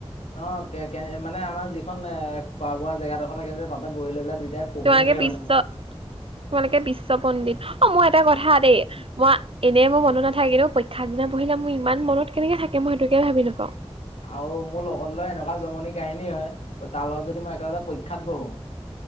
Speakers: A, on the left; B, on the right.
A: অ', কে কেন মানে আমাৰ যিখন এ খোৱা বোৱা জেগাডোখৰ থাকে যে তাতে বহি লৈ পেলাই দুইটাই পঢ়োগৈ
B: তোমালোকে বিশ্ব,
A: মানে
B: তোমালোকে বিশ্ব পণ্ডিত, অ', মোৰ এটা কথা দেই মই এনে মোৰ মন নাথাকে, কিন্তু মই পৰীক্ষা আগদিনা পঢ়িলে মোৰ ইমান মনত কেনেকে থাকে মই সেইটোকে ভাবি নাপাওঁ।
A: আৰু মোৰ লগত লৈ এনেকুৱা জমনি কাহিনী হয়, তাৰ লগত যদি মই একেলগতে পৰীক্ষাত বহোঁ